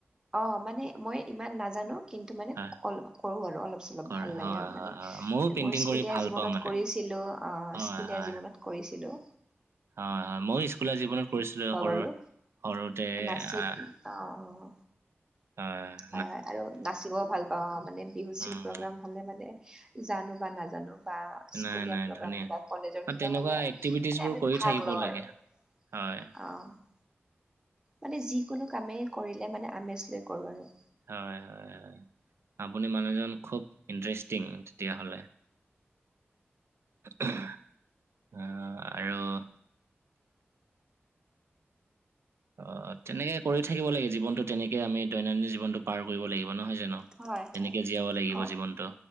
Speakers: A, on the right; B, on the right.
A: অ মানে মই ইমান নাজানো। কিন্তু মানে
B: হয়,
A: অলপ কৰোঁ আৰু অলপ চলপ
B: কৰে।
A: ভাল
B: হয়,
A: লাগে আৰু মানে।
B: হয়, হয়। ময়ো পেইন্টিং
A: মোৰ স্কুলীয়া
B: কৰি ভাল
A: জীৱনত
B: পাওঁ মানে।
A: কৰিছিলোঁ অ
B: হয়,
A: স্কুলীয়া
B: হয়,
A: জীৱনত কৰিছিলোঁ।
B: হয় হয় মইয়ো স্কুলীয়া জীৱনত কৰিছিলো সৰু
A: বাৰু
B: সৰুতে
A: নাচি
B: আহ
A: অ অ
B: আ
A: হয় হয় আৰু নাচিবও ভাল পাওঁ মানে বিহু চিহু
B: উম,
A: প্ৰগ্ৰাম
B: হুম।
A: হ'লে মানে জানো বা নাজানো বা স্কুলীয়া
B: নাই, নাই,
A: প্ৰগ্ৰাম
B: ধুনীয়া।
A: কিবা কলেজৰ
B: অ,
A: কিবা
B: তেনেকুৱা
A: হ'লে মানে
B: এক্টিভিটিজ বোৰ
A: আমি
B: কৰি
A: ভাগ
B: থাকিব
A: লওঁ
B: লাগে।
A: আৰু
B: হয়,
A: অ মানে যিকোনো কামেই কৰিলে মানে আমেজ লৈ কৰো আৰু।
B: হয় হয় হয়। আপুনি মানুহজন খুব ইন্টেৰেষ্টিং তেতিয়াহ'লে। আহ আৰু- অ' তেনেকে কৰি থাকিব লাগে জীৱনটো তেনেকে আমি দৈনন্দিন জীৱনটো পাৰ কৰিব লাগিব নহয় জানো?
A: হয়
B: তেনেকেই
A: হয়
B: জীয়াব লাগিব
A: অ
B: জীৱনটো।